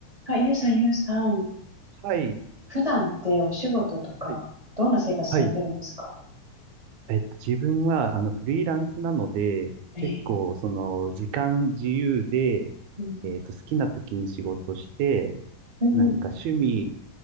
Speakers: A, on the right; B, on the right.
A: あ、ゆうさん、ゆうさん。
B: はい。やっ
A: 普段ってお仕事とか、
B: ぱり
A: どんな生活されてるんですか
B: はい。えっと、自分は、あの、フリーランスなので、
A: ええ。
B: 結構、その、時間自由で、
A: うん。
B: えっと、好きな時に仕事して、
A: うん。
B: なんか趣味、